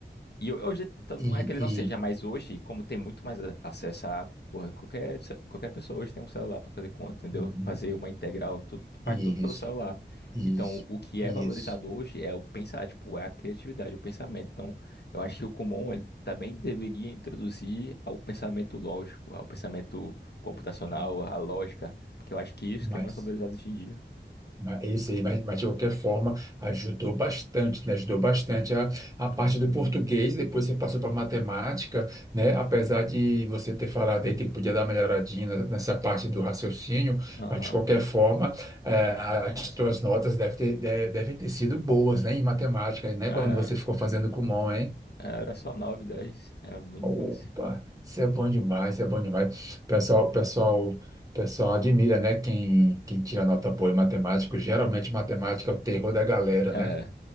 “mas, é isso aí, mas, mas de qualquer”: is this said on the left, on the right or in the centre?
Right